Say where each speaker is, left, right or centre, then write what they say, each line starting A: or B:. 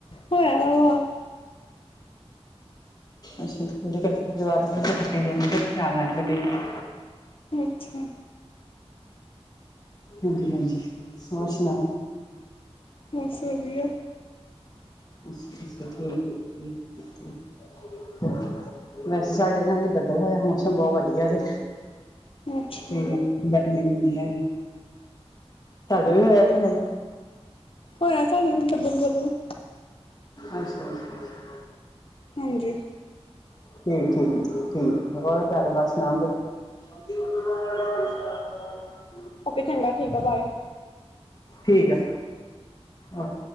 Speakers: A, on the left; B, on the left.
A: ਹੋਇਆ ਹੋਆ।
B: ਅੱਛਾ, ਉਹਦੇ ਕਰਕੇ ਆਵਾਜ਼ ਕੱਟੀ ਜਾਂਦੀ ਤੇ ਕਦੇ ਆਣ ਲੱਗ ਪੈਂਦੀ ਆ।
A: ਅੱਛਾ।
B: ਹਾਂਜੀ-ਹਾਂਜੀ। ਹੋਰ ਸੁਣਾਓ?
A: ਬਸ ਵਧੀਆ।
B: ਅੱਛਾ-ਅੱਛਾ। ਠੀਕ-ਠੀਕ ਐ। <unintelligible> ਵੈਸੇ ਸਾਡੇ ਨਾ ਅੱਜ ਬੱਦਲ ਹੋਇਆ, ਮੌਸਮ ਬਹੁਤ ਵਧੀਆ ਜੇ।
A: ਅੱਛਾ
B: ਹਮ ਗਰਮੀ ਨੀ ਇਨੀਂ ਹੈਨੀ, ਤੁਹਾਡੇ ਵੀ ਹੋਇਆ ਕਿ ਨਈ?
A: ਹੋਇਆ ਸਾਨੂੰ ਵੀ <unintelligible>
B: ਅਛਾ-ਅਛਾ-ਅਛਾ।
A: ਹਾਂਜੀ।
B: ਠੀਕ-ਠੀਕ ਜੀ, ਠੀਕ। ਹੋਰ ਗੱਲ ਬਾਤ ਸੁਣਾਓ ਫਿਰ? <unintelligible>
A: ਓਕੇ ਚੰਗਾ ਠੀਕ ਆ, ਬਾਏ।
B: ਠੀਕ ਆ। ਓਕੇ।